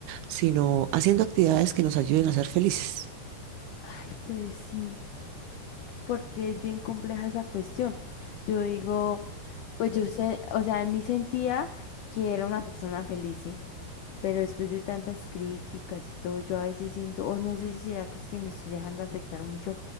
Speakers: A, on the right; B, on the left.
A: sino haciendo actividades que nos ayuden a ser felices.
B: Ay, pues sí, porque es bien compleja esa cuestión. Yo digo, pues yo sé, o sea, en mí sentía que era una persona feliz, sí, pero después de tantas críticas y todo, yo a veces siento, o no sé si será que es que me estoy dejando afectar mucho